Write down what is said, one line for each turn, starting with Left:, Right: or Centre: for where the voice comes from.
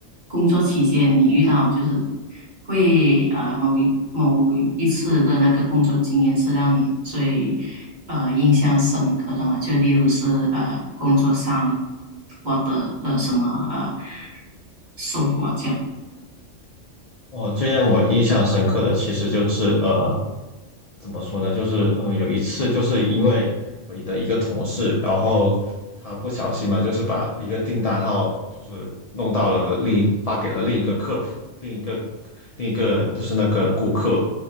Right: 工作期间，你遇到就是会呃某一某一次的那个工作经验是让你最呃印象深刻的嘛？就例如是呃工作上获得了什么呃收获这样。
Left: 哦，最让我印象深刻的其实就是呃，怎么说呢？就是嗯，有一次就是因为我的一个同事，然后他不小心嘛，就是把一个订单号就是弄到了另一发给了另一个客服，另一个另一个就是那个顾客，